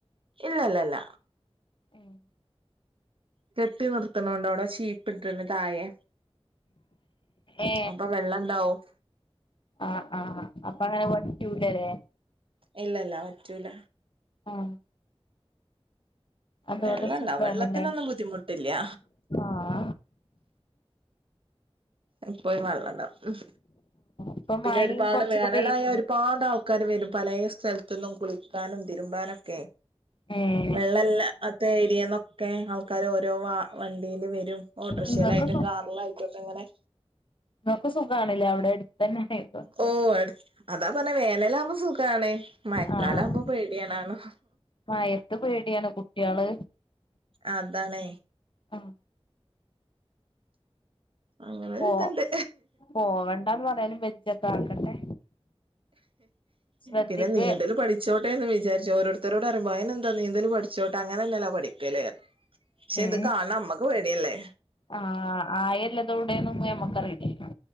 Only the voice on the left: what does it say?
ഏ ഉം
ഏ
ആഹ് ആഹ് അപ്പങ്ങനെ വറ്റൂലലേ
ഉം അതോണ്ട്
സുഖാണല്ലേ
ആഹ്
ഇപ്പൊ
മഴയും
കൊറച്ചൊക്കെ
പെയ്തില്ലേ
ഉം
ഇങ്ങക്ക്
ങ്ങക്ക് സുഗാണ്‌ ലേ അവിടെ എട്ത്തന്നായതോണ്ട്
ആഹ്
മഴത്ത് പേട്യാണ് കുട്ട്യാള്
ഉം
പോ പോവണ്ടാന്ന് പറയാലും വെജ്ജൊക്കെ ആക്കട്ടെ ശ്രദ്ധിക്ക്
ഏ
ആഹ് ആയല്ലതോടെന്നൊന്നും നമ്മക്കറീല്ലല്ലോ.